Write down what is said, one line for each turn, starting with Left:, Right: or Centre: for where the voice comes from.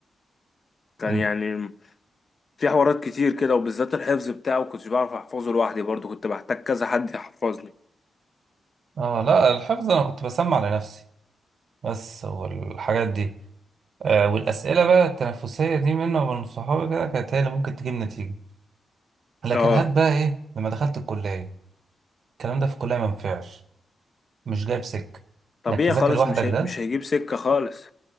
Left: كان
Right: إن-
Left: يعني في حوارات كتير كده وبالذات الحفظ بتاعه كنتش بعرف أحفظه لوحدي برضه كنت بحتاج كذا حد يحفظني
Right: اه لا الحفظ انا كنت بسمع لنفسي بس والحاجات دي آه والأسئلة بقى التنافسية دي منه ومن صحابي كده كانت هي اللي ممكن تجيب نتيجة لكن
Left: اه
Right: هات بقى إيه لما دخلت الكلية الكلام ده في الكلية ما ينفعش مش جايب سكة
Left: طبيعي
Right: إنك تذاكر
Left: خالص
Right: لوحدك
Left: مش هي...
Right: ده
Left: مش هيجيب سكة خالص